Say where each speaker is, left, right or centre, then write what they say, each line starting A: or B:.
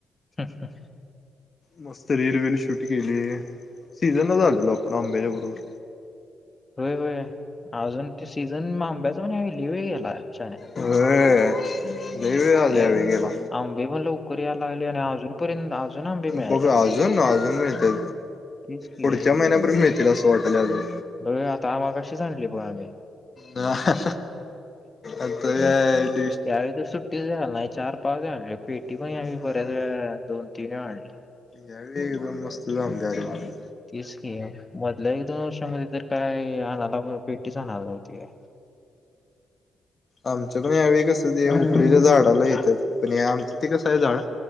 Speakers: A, on the left; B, on the left.
A: हा हा.
B: मस्त रिलवील शूट केली. सीझनलाच आलेलो आपण आंब्याच्या बरोबर.
A: व्हयं व्हयं, अजून ती सीझन आांब्याच क नाय लई वेळ हाय याला शान्या.
B: होय लय वेळ आज
A: ते
B: यावेळी गेला
A: आंबे पणं लवकर याला लागले आणि अजूनपर्यंत अजून आंबे मिळाल्यात
B: बघू अजून अजून मिळतय
A: तेच की
B: पुढच्या महिन्यापर्यंत मिळतील असं वाटायलय अजून.
A: होय आता मगाशीच आणले बघ आम्ही
B: हा हा आताच्या
A: यावेळी तर सुट्टीच झनय. चार पाच वेळा आणले, पेटी
B: हम्म.
A: पण ह्या वेळेस बऱ्याच अ दोन तीन वेळा आणली.
B: या वेळी एकदम मस्त आंबे आलेत.
A: तीच की, मधल्या एक दोन वर्षामध्ये तर काय आणायला पेटीच आणायला नव्हती. <inaudible>
B: आमच्या पण यावेळी कसं ते हुपरीच्या झाडाला येत्यात, पण आमचं ते कसं आहे झाड